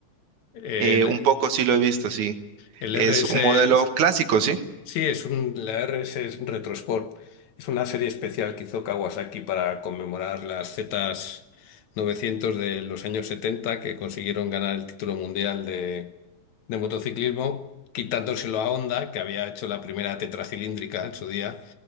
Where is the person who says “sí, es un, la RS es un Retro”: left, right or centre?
Left